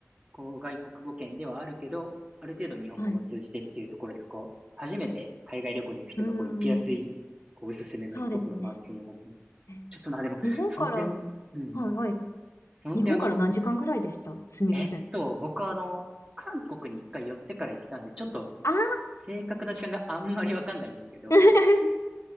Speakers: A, on the right; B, on the left.
A: こう、外国語圏ではあるけど、ある程度日本語も通じてっていうところで、
B: はい。
A: こう、初めて海外旅行に行く人がこう行きやすい、
B: うん。
A: こう、おすすめのスポットだなっていうふうに思ってます。
B: そうですね。え
A: ちょっとな、でも、
B: 日本から、
A: その点、うんうん、
B: はいはい。
A: その点あの、
B: 日本から何時間ぐらいでしたすみません。
A: えっと、僕はあの、韓国に一回寄ってから行ってたんで、ちょっと
B: あー
A: 正確な時間があんまりわかんないんですけど、
B: <laughs>